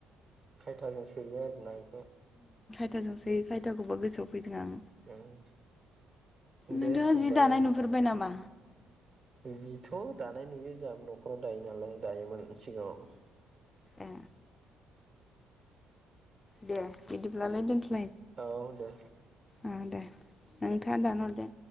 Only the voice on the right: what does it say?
खायथाजों सोयो आरो ना इखौ?
ओं
दे होमबालाय
जिथ' दानाय नुयो जाहाबो न'खराव दायो नालाय दायोमोन सिगाङाव।
औ दे।